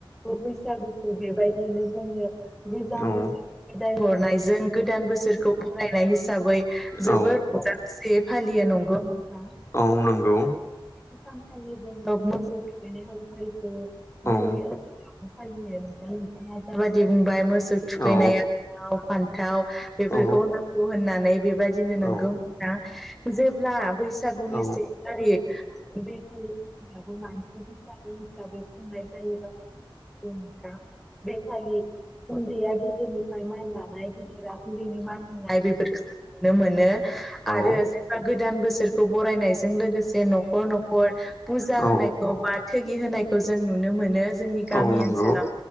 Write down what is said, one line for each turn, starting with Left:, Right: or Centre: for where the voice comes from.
Centre: बैसागुखौ बेबायदियैनो जोङो गोजाम
Left: औ
Centre: बोसोर बेदाय हरनायजों गोदान बोसोरखौ बरायनाय हिसाबै जोबोद
Left: औ
Centre: रंजा खुसियै फालियो नंगौ नोंथां
Left: औ नंगौ
Centre: बे सानखालि जोङो मोसौ थुखैनाय हाबाफारिखौ
Left: औ
Centre: जोंनि फालियो नोंथाङा जाबायदि बुंबाय मोसौ थुखैनायाव
Left: औ
Centre: लाव फान्थाव बेफोरखौ
Left: औ
Centre: नांगौ होननानै बेबायदिनो
Left: औ
Centre: नोंगौ जेब्ला बैसागुनि
Left: औ
Centre: से थारिख बेखालिबो मानसि बैसागो हिसाबै खुंनाय जायोबा बे खालि उन्दैया गिदिरनिफ्राय मान लानाय गिदिर उन्दैनो मान होननाय बेफोरखौ जों नुनो मोनो आरो
Left: औ
Centre: जेनबा गोदो गोदान बोसोरखौ बरायनायजों लोगोसे न'खर न'खर फुजा
Left: औ
Centre: होनाय बा थोगि होनायखौ जों नुनो मोनो जोंनि गामि
Left: औ नंगौ
Centre: ओनसोलाव